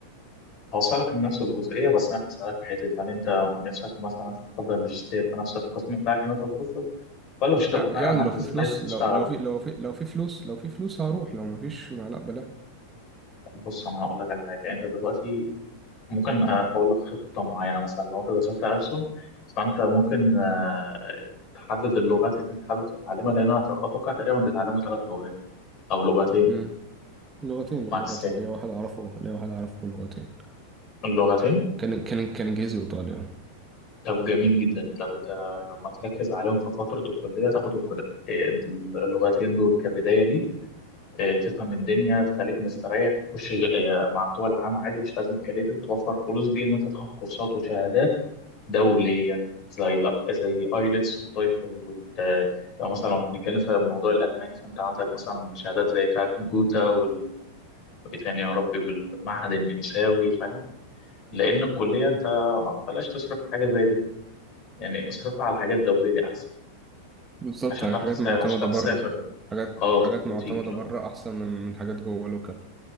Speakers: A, on the left; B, on the right.
A: هوصلك لنفس الجزئية بس أنا بسألك في حتة هل أنت نفسك مثلا تفضل ماجستير في نفس القسم بتاعك اللي أنت تخصصه ولا مش هتبقى
B: يع-
A: فارقة
B: يعني
A: معاك
B: لو
A: بس
B: في فلوس
A: أنت عايز تشتغل
B: لو لو في لو في لو في فلوس لو في فلوس هروح لو ما فيش ما لا بلا
A: بص أنا هقول لك على حاجة أنت دلوقتي ممكن آه، أقول لك خطة معينة مثلا لو أنت دخلت ألسن فأنت ممكن آه، تحدد اللغات اللي أنت حابب تتعلمها لأن أنا أتوقع تقريبا بيتعلموا ثلاث لغات أو لغتين
B: مم. لغتين لا
A: ماكسين
B: لغتين ليا واحد أعرفه ليا واحد أعرفه لغتين
A: اللغتين
B: كان كان كان إنجليزي وإيطالي آه.
A: طب جميل جدا طب أنت لما تركز عليهم في فترة الكلية تاخد الكل- آه، اللغتين دول كبداية ليك آه، تفهم الدنيا تخليك مستريح خش آه، مع بتوع العام عادي مش لازم كريدت توفر فلوس دي ان انت تاخد كورسات وشهادات دوليه زي لا زي ايلتس والتويفل وال آه، لو مثلا هنتكلم في موضوع الالماني فانت عندك مثلا شهادات زي بتاعه جوتا وال إيه تاني يا ربي والمعهد النمساوي فاهم لان الكليه انت بلاش تصرف في حاجه زي دي يعني اصرفها على حاجات دوليه احسن
B: بالظبط
A: عشان
B: يعني
A: تعرف
B: حاجات
A: تسافر
B: معتمدة
A: عشان تعرف
B: بره
A: تسافر
B: حاجات
A: اه
B: حاجات
A: وتروح
B: معتمدة
A: وتيجي اه
B: بره أحسن من من حاجات جوه لوكال